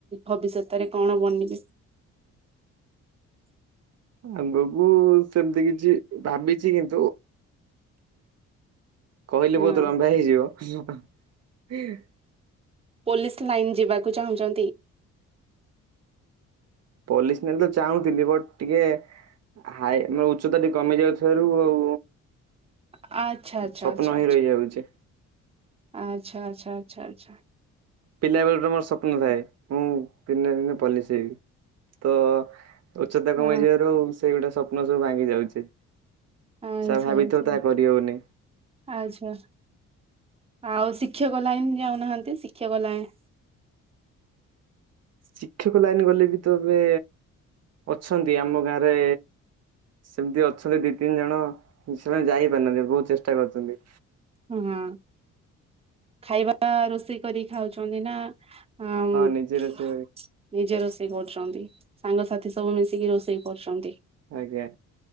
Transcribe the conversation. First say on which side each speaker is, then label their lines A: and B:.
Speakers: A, on the right (about 20°); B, on the right (about 55°).
A: ଭବିଷ୍ୟତରେ କଣ ବନିବେ?
B: ଆଗକୁ ସେମିତି କିଛି ଭାବିଛି କିନ୍ତୁ? କହିଲେ
A: ହଁ
B: ବହୁତ ଲମ୍ବା ହେଇଯିବ।
A: ପୋଲିସ ଲାଇନ୍ ଯିବାକୁ ଚାହୁଁଛନ୍ତି?
B: ପୋଲିସ ଲାଇନ୍ ତ ଚାହୁଁଥିଲି ବଟ ଟିକେ ହାଇଟ ମ ଉଚ୍ଚତାଟି କମି ଯାଉଥିବାରୁ ଆଉ
A: ଆଚ୍ଛା ଆଚ୍ଛା
B: ସ୍ୱପ୍ନ
A: ଆଚ୍ଛା
B: ହେଇ ରହିଯାଉଛି।
A: ଆଚ୍ଛା ଆଚ୍ଛା ଆଚ୍ଛା ଆଛା।
B: ପିଲାବେଳରେ ମୋର ସ୍ୱପ୍ନ ଥାଏ। ମୁଁ ଦିନେ ଦିନେ ପଲିସ ହେବି ତ ଉଚ୍ଚତା
A: ହଁ
B: କମେଇଯିବାରୁ ସେଇ ଗୋଟେ ସ୍ୱପ୍ନ ସବୁ ଭାଙ୍ଗି ଯାଉଛି।
A: ଆଚ୍ଛା
B: ଯାହା ଭାବିଥିବ
A: ଆଛା
B: ତାହା କରିହଉନି।
A: ଆଚ୍ଛା। ଆଉ ଶିକ୍ଷକ ଲାଇନ ଯାଉନାହାନ୍ତି। ଶିକ୍ଷକ ଲାଇ <inaudible>
B: ଶିକ୍ଷକ ଲାଇନ ଗଲେ ବି ତ ଏବେ ଅଛନ୍ତି ଆମ ଗାଁରେ ସେମିତି ଅଛନ୍ତି ଦି ତିନି ଜଣ ସେମାନେ ଯାଇ ପାରୁନାହାନ୍ତି ବହୁତ ଚେଷ୍ଟା କରୁଛନ୍ତି।
A: ହ ହଁ ଖାଇବା ରୋଷେଇ କରି ଖାଉଛନ୍ତି ନା ହଁ ନିଜେ
B: ନିଜର ସେ
A: ରୋଷେଇ କରୁଛନ୍ତି? ସାଙ୍ଗସାଥି ସବୁ ମିଶିକି ରୋଷେଇ କରୁଛନ୍ତି।
B: ଆଜ୍ଞା।